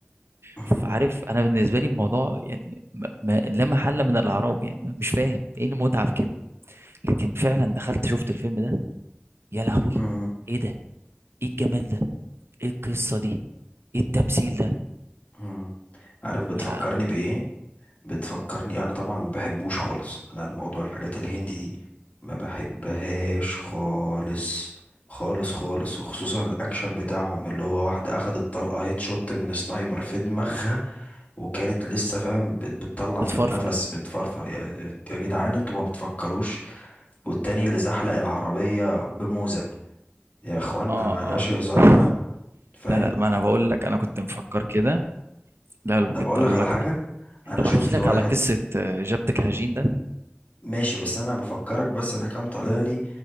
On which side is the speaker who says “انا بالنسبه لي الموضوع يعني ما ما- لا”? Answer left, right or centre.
Right